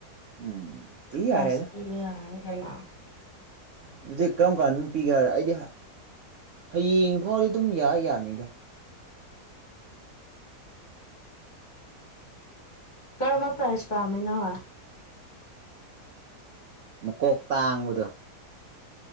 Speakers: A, on the right (about 65°); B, on the left (about 35°).
A: ꯎꯝ ꯄꯤ
B: ꯄꯔꯥꯏꯁ
A: ꯌꯥꯔꯦꯗ
B: ꯄꯤꯕ <unintelligible>
A: ꯑꯗꯨꯗꯤ ꯀꯔꯝ ꯀꯥꯟꯗ ꯄꯤꯒꯦ ꯍꯥꯏꯔ ꯑꯩꯗꯤ ꯍꯥꯌꯦꯡ ꯐꯥꯎꯗꯤ ꯑꯗꯨꯝ ꯌꯥ ꯌꯥꯅꯤꯗ
B: ꯀꯔꯃ ꯄ꯭ꯔꯥꯏꯁ ꯄꯥꯝꯃꯤꯅꯃ
A: ꯃꯀꯣꯛ ꯇꯥꯡꯕꯗꯣ